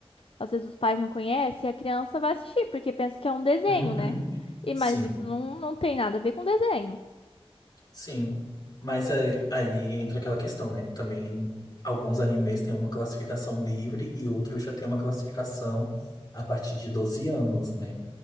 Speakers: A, on the left; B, on the left.
A: às vezes os pais não conhecem e a criança vai assistir, porque pensa que é um desenho,
B: Uhum.
A: né? E,
B: Sim,
A: mas isso não, não tem nada a ver com desenho.
B: sim. Mas é, aí entra aquela questão, né? Também alguns animes têm uma classificação livre e outros já têm uma classificação a partir de 12 anos, né?